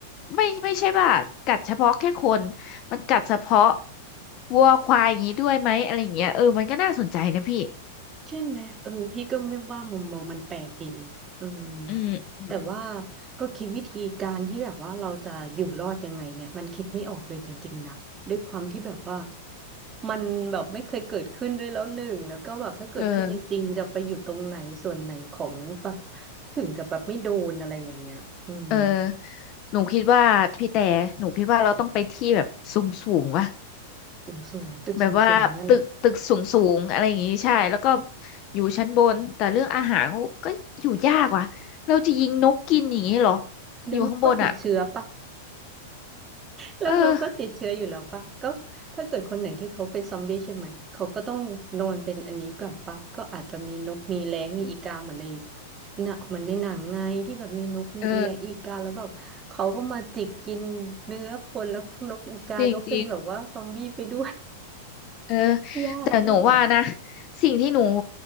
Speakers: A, on the left; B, on the right.
A: ไม่ไม่ใช่ว่ากัดเฉพาะแค่คนมันกัดเฉพาะวัวควายอย่างนี้ด้วยไหมอะไรเงี้ยเออมันก็น่าสนใจนะพี่
B: ใช่ไหมเออพี่ก็ไม่ว่ามุมมองมันแปลกดีอืม
A: อืม
B: แต่ว่าก็คิดวิธีการที่แบบว่าเราจะอยู่รอดยังไงเนี่ยมันคิดไม่ออกเลยจริงๆนะด้วยความที่แบบว่ามันแบบไม่เคยเกิดขึ้นด้วยแล้วหนึ่งแล้วก็แบบถ้าเกิดขึ้นจริงๆจะไปอยู่ตรงไหนส่วนไหนของแบบ
A: เออ
B: ถึงจะแบบไม่โดนอะไรอย่างเงี้ยอืม
A: เออหนูคิดว่าพี่แต่หนูคิดว่าเราต้องไปที่แบบสูงสูงวะ
B: สูงๆตึกสูงๆเนี่ยหรอ
A: แบบว่าตึกตึกสูงสูงอะไรอย่างงี้ใช่แล้วก็อยู่ชั้นบนแต่เรื่องอาหารเขาก็อยู่ยากว่ะเราจะยิงนกกินอย่างงี้เหรอ
B: เดี๋ยวนั้นก็ติดเชื้อปะ
A: อยู่ข้างบนอ่ะ
B: แล้วนกก็ติดเชื้ออยู่แล้วปะก็ถ้าเกิดคนไหนที่เขาเป็นซอมบี้ใช่ไหมเขาก็ต้องนอนเป็นอันนี้ก่อนปะก็อาจจะมีนกมีแร้งมีอีกาเหมือนใน
A: เออ
B: หนะเหมือนในหนังไงที่แบบมีนกมีอีแร้งอีกาแล้วแบบเขาก็มาจิกกินเนื้อคนแล้วนกอีกาก็เป็นแบบว่าซอมบี้ไปด้วย
A: เออจริงๆ เออ
B: <laughs> ยากแล้วแหละ
A: แต่หนูว่านะสิ่งที่หนู